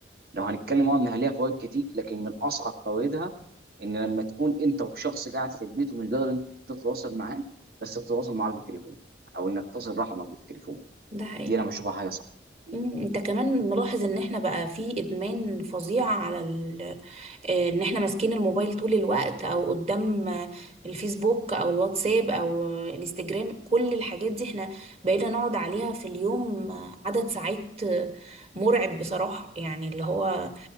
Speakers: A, on the right; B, on the right.
A: لو هنتكلم اه إنها ليها فوائد كتير لكن من أصعب فوائدها إن لما تكون أنت وشخص قاعد في البيت ومش قادر أنت تتواصل معاه بس بتتواصل معاه بالتليفون أو إنك تصل رحمك بالتليفون
B: ده حقيقي
A: دي أنا بشوفها حاجة صعبة
B: مم، انت كمان ملاحظ ان احنا بقى في ادمان فظيع على ال... آه، ان احنا ماسكين الموبايل طول الوقت او قدام آه، الفيسبوك او الواتساب او آه، انستجرام كل الحاجات دي احنا بقينا نقعد عليها في اليوم آه، عدد ساعات آه، مرعب بصراحة يعني اللي هو